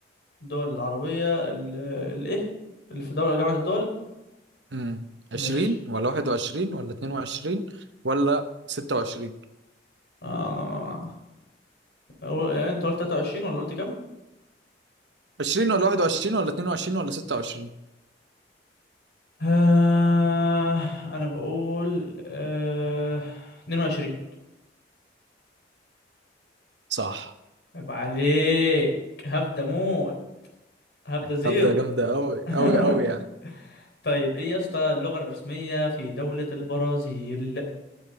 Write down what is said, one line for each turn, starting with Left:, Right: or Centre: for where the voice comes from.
Left: الدول العربية ال- الايه اللي في دولة جامعة الدول
Right: امم
Left: مش
Right: 20 ولا 21 ولا 22 ولا 26
Left: آه. أو- يعني انت قلت 23 ولا قلت كام؟
Right: 20 ولا 21 ولا 22 ولا 26
Left: آه. انا بقول آه. 22
Right: صح
Left: عيب عليك هبدأ موت هبدأ زيرو
Right: طب ده جامدة أوي
Left: <laughs>
Right: أوي أوي يعني
Left: طيب ايه يا اسطى اللغة الرسمية في دولة البرازيل؟